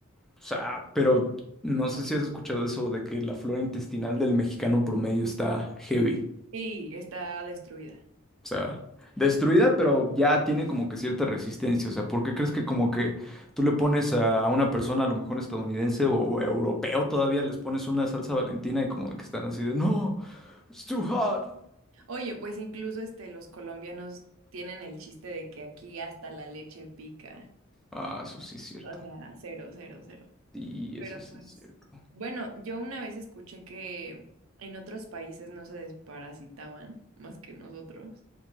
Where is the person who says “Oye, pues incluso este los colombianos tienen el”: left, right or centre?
Right